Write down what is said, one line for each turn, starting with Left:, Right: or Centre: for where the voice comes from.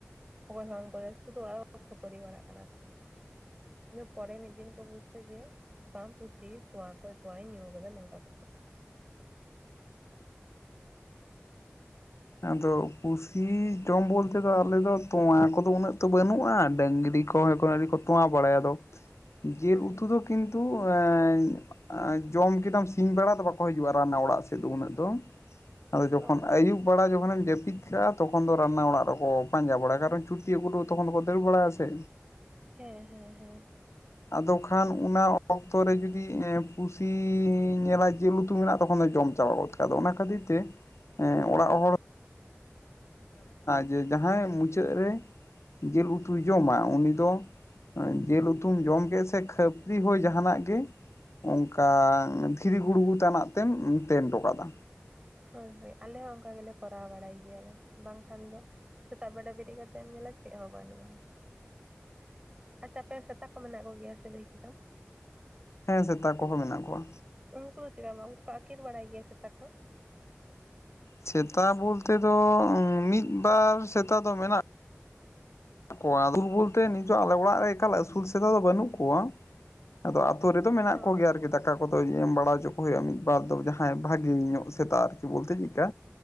Right: ᱚᱠᱚᱭ ᱦᱚᱸ ᱠᱚᱨᱮ <unintelligible> ᱥᱩᱫᱷᱩ ᱚᱲᱟᱜ ᱦᱟᱲ ᱠᱚ ᱠᱷᱟᱹᱯᱟᱹᱨᱤ ᱵᱟᱲᱟᱜ ᱠᱟᱱᱟ ᱠᱚ, ᱤᱱᱟᱹ ᱯᱨᱮ ᱢᱤᱫ ᱫᱤᱱ ᱠᱚ ᱵᱩᱡ ᱠᱮᱫᱟ ᱡᱮ ᱯᱟᱢ ᱯᱩᱥᱤ ᱛᱚᱣᱟ ᱠᱚ ᱛᱳᱣᱟᱭ ᱧᱩ ᱠᱟᱫᱟ ᱱᱚᱝᱠᱟ ᱠᱟᱛᱮ᱾
Left: ᱟᱫᱚ ᱯᱩᱥᱤ ᱡᱚᱢ ᱵᱚᱞᱛᱮ ᱫᱚ ᱟᱞᱮ ᱫᱚ ᱛᱚᱣᱟ ᱠᱚᱫᱚ ᱩᱱᱟᱹᱜ ᱭᱚ ᱵᱟᱹᱱᱩᱜᱼᱟ, ᱰᱟᱹᱝᱨᱤ ᱠᱚ ᱛᱳᱣᱟ ᱠᱚ ᱟᱣᱨᱤ ᱠᱚ ᱛᱳᱣᱟ ᱵᱟᱲᱟᱭᱟ ᱫᱚ, ᱡᱤᱞ
Right: ᱦᱩᱸ
Left: ᱩᱛᱩ ᱫᱚ ᱠᱤᱱᱛᱩ ᱮ ᱟ ᱡᱚᱢ ᱠᱮᱫᱟᱢ ᱥᱤᱧ ᱵᱮᱲᱟ ᱫᱚ ᱵᱟᱠᱚ ᱦᱤᱡᱩᱜᱼᱟ ᱨᱟᱱᱱᱟ ᱚᱲᱟᱜ ᱥᱮᱫ ᱫᱚ ᱩᱱᱟᱹᱜ ᱫᱚ, ᱟᱫᱚ ᱡᱚᱠᱷᱚᱱ
Right: ᱚ
Left: ᱟᱭᱩᱵ ᱟᱭᱩᱵᱮᱲᱟ ᱡᱚᱠᱷᱚᱱᱮᱢ ᱡᱟᱹᱯᱤᱫ ᱠᱟᱜᱼᱟ ᱛᱟᱠᱷᱚᱱ ᱫᱚ ᱨᱟᱱᱱᱟ ᱚᱲᱟᱜ ᱨᱮᱠᱚ ᱯᱟᱸᱡᱟ ᱵᱟᱲᱟᱭᱟ ᱠᱟᱨᱚᱱ ᱪᱩᱴᱭᱤ ᱟᱹ ᱜᱩᱴᱩ ᱛᱚᱠᱷᱚᱱ ᱫᱚᱠᱚ ᱫᱟᱹᱲ ᱵᱟᱲᱟᱭᱟ ᱥᱮ,
Right: ᱦᱮᱸ ᱦᱮᱸ ᱦᱮᱸ,
Left: ᱟᱫᱚ ᱠᱷᱟᱱ ᱚᱱᱟ ᱚᱠᱛᱚ ᱨᱮ ᱡᱩᱫᱤ ᱯᱩᱥᱤ ᱧᱮᱞᱟ ᱡᱮ ᱡᱤᱞ ᱩᱛᱩ ᱢᱮᱱᱟᱜᱼᱟ ᱛᱚᱠᱷᱚᱱ ᱫᱚ ᱡᱚᱢ ᱪᱟᱵᱟᱜᱚᱫᱼᱟ᱾ ᱟᱫᱚ ᱚᱱᱟ ᱠᱷᱟᱹᱛᱤᱨ ᱛᱮ, ᱚᱲᱟᱜ ᱦᱚᱲ ᱡᱮ ᱡᱟᱦᱟᱸᱭ ᱢᱩᱪᱟᱹᱫ ᱨᱮ ᱡᱤᱞ ᱩᱛᱩᱩᱭ ᱡᱚᱢᱟ ᱩᱱᱤ ᱫᱚ, ᱡᱮᱞ ᱩᱛᱩᱢ ᱡᱚᱢ ᱠᱮᱫ ᱥᱮ ᱠᱷᱟᱹᱯᱨᱤ ᱦᱚ ᱡᱟᱦᱱᱟᱜ ᱜᱮ ᱚᱱᱠᱟ ᱫᱷᱤᱨᱤ ᱜᱩᱲᱜᱩ ᱛᱟᱱᱟᱜ ᱛᱮᱢ ᱛᱮᱱ ᱴᱚᱠᱟᱫᱟ᱾
Right: ᱦᱳᱭ ᱦᱳᱭ ᱟᱞᱮ ᱦᱚᱸ ᱚᱱᱠᱟ ᱜᱮᱞᱮ ᱠᱚᱨᱟᱣ ᱵᱟᱲᱟᱭ ᱜᱮᱭᱟᱞᱮ, ᱵᱟᱝᱠᱷᱟᱱ ᱫᱚ ᱥᱮᱛᱟᱜ ᱵᱮᱲᱟ ᱵᱮᱨᱮᱫ ᱠᱟᱛᱮᱢ ᱧᱮᱞᱟ ᱪᱮᱫ ᱦᱚᱸ ᱵᱟᱹᱱᱩᱜᱼᱟ᱾ ᱟᱪᱪᱷᱟ ᱟᱯᱮ ᱥᱮᱛᱟ ᱠᱚ ᱢᱮᱱᱟᱜ ᱠᱚᱜᱮᱭᱟ ᱥᱮ ᱞᱟᱹᱭ ᱠᱮᱫᱟᱢ,
Left: ᱦᱮᱸ ᱥᱮᱛᱟ ᱠᱚᱦᱚᱸ ᱢᱮᱱᱟᱜ ᱠᱚᱣᱟ᱾
Right: ᱩᱱᱠᱩ ᱪᱮᱠᱟ ᱵᱟᱝ ᱩᱱᱠᱩ ᱠᱚ ᱟᱹᱠᱤᱨ ᱵᱟᱲᱟᱭ ᱜᱮᱭᱟ ᱥᱮᱛᱟ ᱠᱚ?
Left: ᱥᱮᱛᱟ ᱵᱚᱞᱛᱮ ᱫᱚ ᱢᱤᱫ ᱵᱟᱨ ᱥᱮᱛᱟ ᱫᱚ ᱢᱮᱱᱟᱜ ᱠᱚᱣᱟ ᱟᱥᱩᱞ ᱵᱚᱞᱛᱮ ᱱᱤᱛᱚᱜ ᱟᱞᱮ ᱚᱲᱟᱜ ᱨᱮ ᱮᱠᱟᱞ ᱟᱹᱥᱩᱞ ᱥᱮᱛᱟ ᱫᱚ ᱵᱟᱹᱱᱩᱜ ᱠᱚᱣᱟ, ᱟᱫᱚ ᱟᱹᱛᱩᱳ ᱨᱮᱫᱚ ᱢᱮᱱᱟᱜ
Right: ᱚ
Left: ᱠᱚᱜᱮᱭᱟ ᱟᱨᱠᱤ ᱫᱟᱠᱟ ᱠᱚᱫᱚ ᱮᱢ ᱵᱟᱲᱟ ᱦᱚᱪᱚ ᱠᱚ ᱥᱮᱛᱟ ᱠᱚᱫᱚ ᱧ ᱮᱢ ᱵᱟᱲᱟ ᱪᱟ ᱦᱩᱭᱩᱜᱼᱟ, ᱢᱤᱫᱵᱟᱨ ᱫᱚ ᱡᱟᱦᱟᱸᱭ ᱵᱷᱟᱜᱮ ᱧᱚᱜ ᱥᱮᱛᱟᱜ ᱟᱨᱠᱤ ᱵᱚᱞᱛᱮ ᱪᱮᱫᱠᱟ